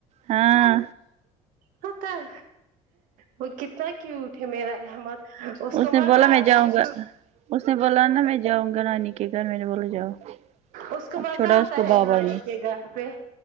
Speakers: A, on the right; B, on the right.
A: ہاں
B: تو کل وہ کتنا کیوٹ ہے میرا احمد اس کو
A: نے
B: مزہ
A: بولا میں
B: آتا
A: جاؤں
B: ہے
A: گا اس نے بولا نا میں جاؤں گا نانی کے گھر میں نے بولو جاؤ
B: اس کو
A: اب
B: مزہ
A: چھوڑا
B: آتا
A: اس کو
B: ہے
A: بابا
B: نانی
A: نے
B: کے گھر پہ